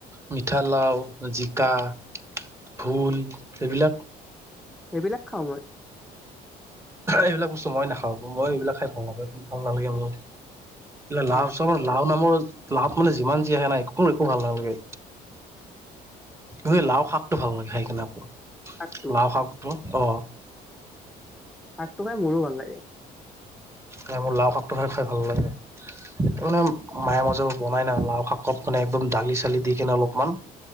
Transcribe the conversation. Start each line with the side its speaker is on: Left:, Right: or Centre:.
Right: মিঠালাও, জিকা। ভোল এইবিলাক?
Centre: সেইবিলাক খাওঁ মই।
Right: এইবিলাক বস্তু মই নাখাওঁ, মই এইবিলাক খাই ভাল <unintelligible> ভাল নালাগে মোৰ। লাও
Centre: অ
Right: চা লাও নামৰ লাও মানে যিমান যি আহে নাই একো মোৰ একো ভাল নালাগে। এই লাও শাকটো ভাললাগে খাই কিনে আকৌ
Centre: শাকটো
Right: লাও শাকটো অ'।
Centre: শাকটো খাই মোৰো ভাল লাগে।
Right: নাই মোৰ লাও শাকটো খাই ভাল <unintelligible> মানে মায়ে মাজে বনাই ন লাও শাকত মানে একদম দালি চালি দি কেনে অলপমান